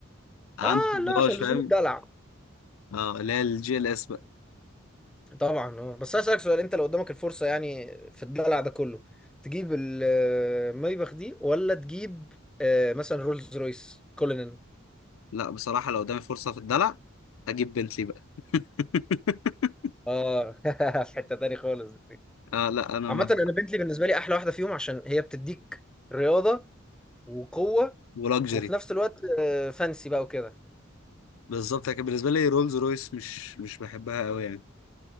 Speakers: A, on the left; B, in the centre.
A: عنده
B: اه
A: في الجراج
B: لا عشان
A: فاهم
B: لزوم الدلع
A: اه اللي هي الجي ال اس بقى
B: طبعا اه بس هسألك سؤال انت لو قدامك الفرصه يعني في الدلع ده كله تجيب المايباخ دي ولا تجيب آه مثلا رولز رويس كولينن
A: لا بصراحه لو قدامي فرصه في الدلع اجيب بنتلي بقى <laughs>
B: اه <laughs> في حته تاني خالص دي
A: اه لا انا
B: عامه
A: ما
B: انا بنتلي بالنسبه لي احلى واحده فيهم عشان هي بتديك رياضه وقوه
A: ولاكجري
B: وفي نفس الوقت آه، فانسي بقى وكده
A: بالظبط لكن بالنسبه لي رولز رويس مش مش بحبها قوي يعني